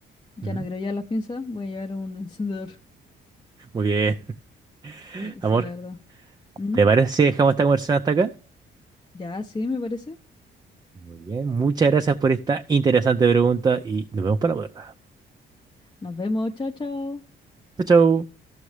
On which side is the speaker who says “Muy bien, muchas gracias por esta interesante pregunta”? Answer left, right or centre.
Right